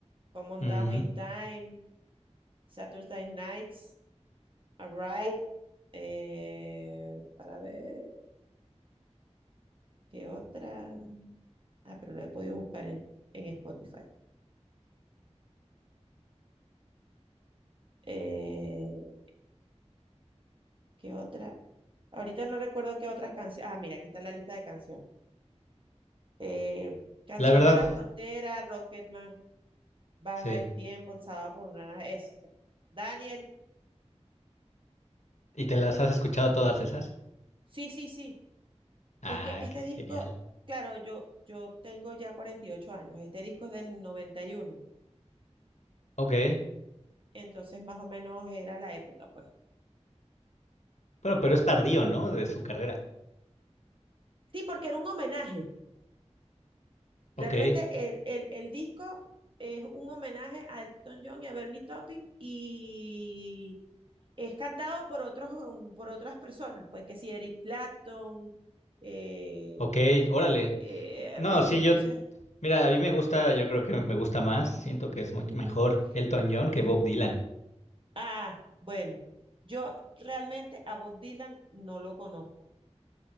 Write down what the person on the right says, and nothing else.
Come On
Down in Time, Saturday Nights, Alright, eh, para ver qué otra. Ah, pero lo he podido buscar en, en Spotify. Eh, ¿qué otra? Ahorita no recuerdo qué otras canciones. Ah, mira, aquí está la lista de canciones. Eh, Canción
de la Frontera, Rocketman, Baja
el Tiempo, El Sábado por una... Es, pues, Daniel,
sí, sí, sí.
Es que este
disco, claro, yo, yo tengo ya 48 años, este disco es del 91,
entonces más o menos era la época, pues.
Sí, porque era un homenaje.
Realmente el, el, el disco es un homenaje a Elton John y a Bernie Taupin y es cantado por otros, um, por otras personas, pues que si Eric Clapton, eh,
eh,
¿ves?
Entonces,
ujú,
ujú.
Ah, bueno, yo realmente a Bob Dylan no lo conozco,